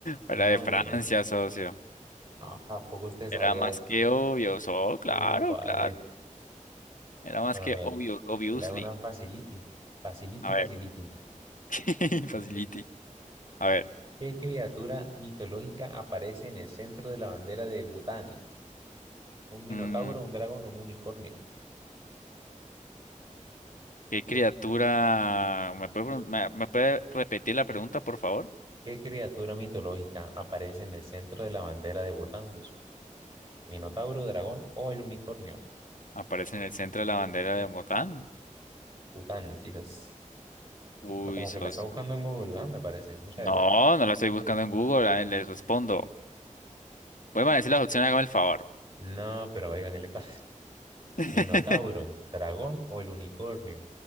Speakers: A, on the left; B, on the right.
A: Era
B: No,
A: de Francia,
B: ni idea.
A: socio.
B: Ah, ¿a poco usted sabía
A: Era más
B: de eso?
A: que obvio. Oh, claro,
B: No, ¿cuál
A: claro.
B: es?
A: Era más
B: Bueno,
A: que
B: mire,
A: obvio, obviously.
B: le hago una facility. Facility,
A: A ver.
B: facility.
A: <laughs> Facility. A ver,
B: ¿Qué criatura mitológica aparece en el centro de la bandera de Bután? ¿Un minotauro,
A: mm,
B: un dragón o un unicornio?
A: ¿qué criatura? ¿Me puede, pregun- me, me puede repetir la pregunta, por favor?
B: ¿Qué criatura mitológica aparece en el centro de la bandera de Bután? sus? ¿Minotauro, dragón o el unicornio?
A: Aparece en el centro de la bandera de Botán.
B: Bután, Jesus.
A: Uy,
B: No, Como
A: socio.
B: que la está buscando en Google, ¿verdad? Me parece, mucha
A: No,
B: demora.
A: no la estoy buscando en Google. A ver, les respondo. Voy a decir las opciones, hágame el favor.
B: No, pero oiga, ¿qué le pasa? <laughs>
A: <laughs>
B: ¿Minotauro, dragón o el unicornio?